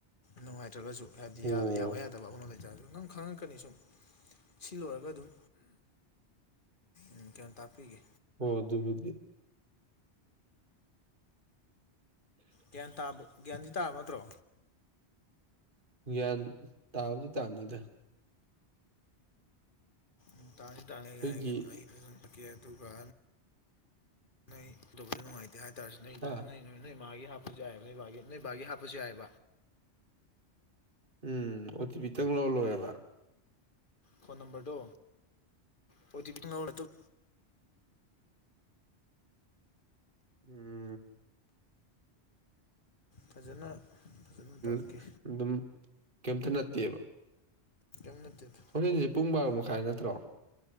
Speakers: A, on the left; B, on the right.
A: ꯅꯨꯡꯉꯥꯏꯇ꯭ꯔꯒꯖꯨ ꯍꯥꯏꯗꯤ
B: ꯑꯣ
A: ꯌꯥ ꯌꯥꯕ ꯌꯥꯗꯕ ꯑꯃꯥ ꯃꯥ ꯂꯩꯇ꯭ꯔꯦ ꯍꯥꯏꯔꯖꯨ ꯅꯪ ꯈꯪꯉꯛꯀꯅꯤ ꯁꯨꯝ ꯁꯤ ꯂꯣꯏꯔꯒ ꯑꯗꯨꯝ ꯎꯝ ꯀꯩꯅꯣ ꯇꯥꯛꯄꯤꯒꯦ
B: ꯍꯣ ꯑꯗꯨꯕꯨꯗꯤ
A: ꯒ꯭ꯌꯥꯟ ꯇꯥꯕ ꯒ꯭ꯌꯥꯟꯗꯤ ꯇꯥꯔꯕ ꯅꯠꯇ꯭ꯔꯣ
B: ꯒ꯭ꯌꯥꯟ ꯇꯥꯕꯨꯗꯤ ꯇꯥꯅꯤꯗ
A: ꯎꯝ ꯇꯥꯅꯤ ꯇꯥꯅꯤ
B: ꯑꯩꯈꯣꯏꯒꯤ
A: ꯑꯩ ꯍꯥꯏꯒꯦ ꯑꯩ ꯍꯥꯏꯔꯝꯃꯀꯦ ꯑꯗꯨꯒ ꯅꯣꯏ ꯇꯧꯕꯗ ꯅꯨꯡꯉꯥꯏꯇꯦ ꯍꯥꯏꯇ꯭ꯔꯖꯨ ꯅꯣꯏꯗꯥ
B: ꯍꯥ
A: ꯅꯣꯏ ꯅꯣꯏ ꯃꯥꯒꯤ ꯍꯥꯞꯄꯖꯨ ꯌꯥꯏꯕ ꯅꯣꯏ ꯕꯥꯒꯤ ꯅꯣꯏ ꯕꯥꯒꯤ ꯍꯥꯞꯄꯖꯨ ꯌꯥꯏꯕ
B: ꯎꯝ ꯑꯣ ꯇꯤ ꯄꯤ ꯇꯪ ꯂꯧꯔ ꯂꯣꯏꯑꯦꯕ
A: ꯐꯣꯟ ꯅꯝꯕꯔꯗꯣ ꯑꯣ ꯇꯤ ꯄꯤ ꯇꯪ ꯂꯧꯔ ꯑꯇꯣꯞ
B: ꯎꯝ
A: ꯐꯖꯅ ꯐꯖꯅ ꯇꯥꯛꯀꯦ
B: <inaudible> ꯑꯗꯨꯝ ꯀꯩꯝꯇ ꯅꯠꯇꯦꯕ꯫
A: ꯀꯩꯝ ꯅꯠꯇꯦꯗ꯫
B: ꯍꯣꯔꯦꯟꯁꯦ ꯄꯨꯡ ꯕꯥꯔꯣ ꯃꯈꯥꯏ ꯅꯠꯇ꯭ꯔꯣ꯫